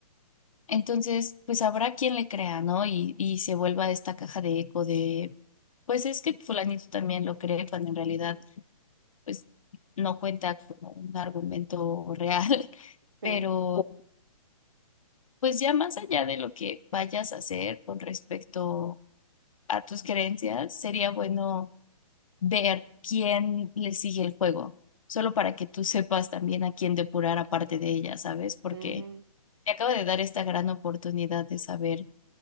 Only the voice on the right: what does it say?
ujú,
Sí,
ujú,